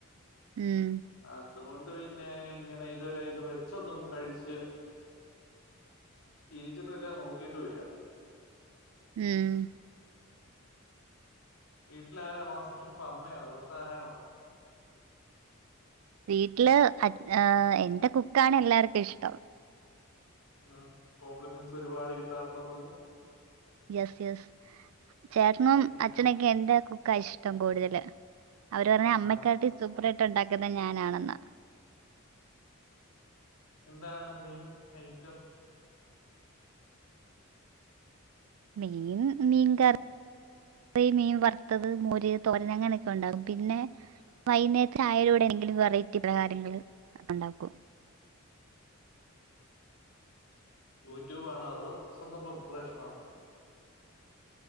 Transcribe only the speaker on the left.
അതുകൊണ്ട് പിന്നെ ഇങ്ങനെ ഇതവരെ ഇത് വെച്ചൊന്നും കഴിച്ച് <unintelligible> രിച്ചിട്ടും ഇല്ല നോക്കിട്ടും ഇല്ല
വീട്ടിലാര മാസ്റ്റർ ഷെഫ് അമ്മയോ അതൊ തന്നാണോ
ഉം കോംപ്ലിമെന്റ്സ് ഒരുപാട് കിട്ടാറുണ്ടന്ന് തോന്നുന്നു
തോന്നുന്നു
ആഹാ
എന്താണ് മെയ്ൻ ഐറ്റം
യൂട്യൂബ് ആണോ അതോ സ്വന്തം പ്രിപ്പറേഷനോ